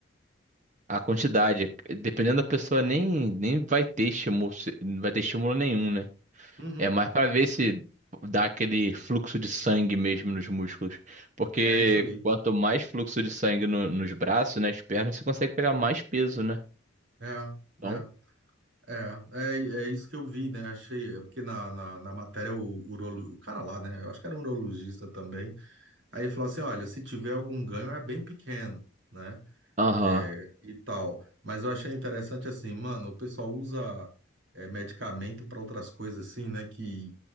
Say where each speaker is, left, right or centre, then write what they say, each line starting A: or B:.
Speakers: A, on the right; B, on the right.
A: a quantidade, dependendo da pessoa, nem, nem vai ter estímulo, se- não vai ter estímulo nenhum, né?
B: uhum,
A: É mais pra ver se dá aquele fluxo de sangue mesmo nos músculos. Porque
B: é isso aí.
A: quanto mais fluxo de sangue no- nos braços, nas pernas, você consegue pegar mais peso, né?
B: É,
A: Então,
B: é. É, é, é isso que eu vi, né? Achei, é porque na, na, na matéria o, urolo, o cara lá, né? Eu acho que era um urologista também. Aí ele falou assim: olha, se tiver algum ganho é bem pequeno, né?
A: aham.
B: É, e tal. Mas eu achei interessante assim, mano, o pessoal usa é, medicamento para outras coisas assim, né? Que